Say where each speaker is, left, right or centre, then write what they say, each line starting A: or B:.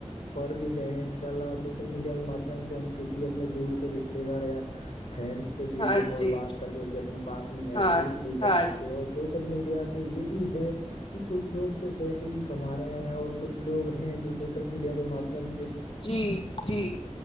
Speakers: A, on the left (about 70°); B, on the left (about 50°).
A: پڑھ بھی رہے ہیں ان شاء اللہ سوشل میڈیا کے مادھیم سے ہم کسی اپنے دور کے رشتے دار یا فرینڈ سے ویڈیو
B: ہاں
A: کال
B: جی
A: بات کر کے اسے اپنے پاس میں محسوس
B: ہاں
A: بھی کر
B: ہاں
A: سکتے اور سوشل میڈیا سے یہ بھی ہے کہ کچھ لوگ تو پیسے بھی کما رہے ہیں اور کچھ لوگ ہیں جو سوشل میڈیا کے مادھیم سے
B: جی جی